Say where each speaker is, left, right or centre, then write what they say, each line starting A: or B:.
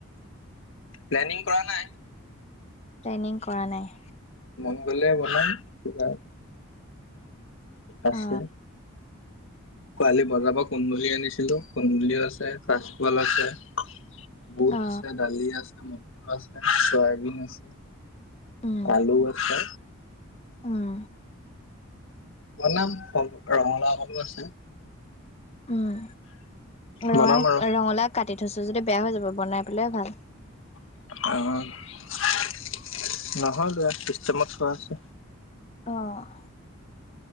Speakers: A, on the left; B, on the left.
A: প্লেনিং কৰা নাই।
B: প্লেনিং কৰা নাই।
A: মন গলে বনাম। কিবা, আছে।
B: অ
A: কোৱালি বজাৰ পৰা কুন্দুলি আনিছিলোঁ, কুন্দুলিও আছে, কাছকল আছে। বুট
B: অ
A: আছে, দালি আছে, মটৰ আছে, চয়াবিন আছে।
B: উম
A: আলু আছে।
B: উম
A: বনাম, ক ৰঙলাওখনো আছে।
B: উম ৰঙা
A: বনাম আৰু
B: ৰঙালাও কাটি থৈছো যদি বেয়া হৈ যাব, বনাই পেলাই ভাল।
A: <unintelligible> নহয় বা চিষ্টেমত থোৱা আছে।
B: অ'